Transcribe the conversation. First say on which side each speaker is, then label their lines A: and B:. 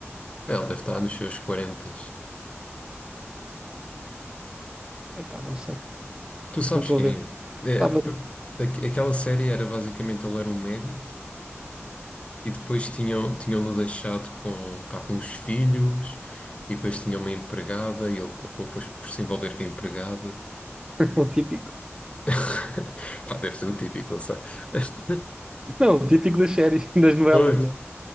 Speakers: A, on the left (about 25°); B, on the right (about 15°).
A: É, Ele deve estar nos seus 40.
B: Epá, não sei,
A: Tu sabes
B: não estou
A: quem
B: a ver.
A: é? É,
B: Pá, mas
A: p- aqu- aquela série era basicamente ele era um médico e depois tinham, tinham-no deixado com, pá, com os filhos e depois tinha uma empregada e ele acabou depois por se envolver com a empregada.
B: <laughs> O típico.
A: <laughs> Pá, deve ser o típico, não sei. <laughs>
B: Não, o típico das séries, <laughs> das novelas,
A: Pois.
B: né?